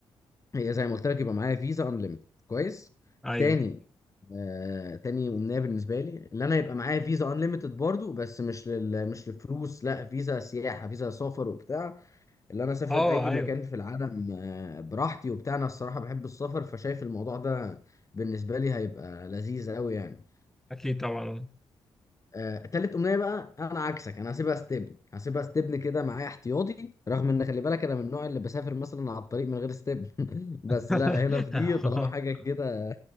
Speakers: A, on the left; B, in the centre.
A: هي زي ما قلت لك يبقى معايا فيزا انليمتد كويس
B: أيوه
A: تاني آه تاني امنيه بالنسبه لي اللي انا يبقى معايا فيزا انليمتد برضو بس مش لل مش للفلوس لا فيزا سياحه فيزا سفر وبتاع اللي انا اسافر
B: اه
A: اي
B: أيوه
A: مكان في العالم آه براحتي وبتاع انا الصراحه بحب السفر فشايف الموضوع ده بالنسبه لي هيبقى لذيذ قوي يعني
B: أكيد طبعا
A: آه، تالت امنيه بقى انا عكسك انا هسيبها ستبن هسيبها ستبن كده معايا احتياطي رغم ان خلي بالك انا من النوع اللي بسافر مثلا على الطريق من غير ستبن <laughs> بس
B: <laughs>
A: لا هنا في دي طالما حاجه كده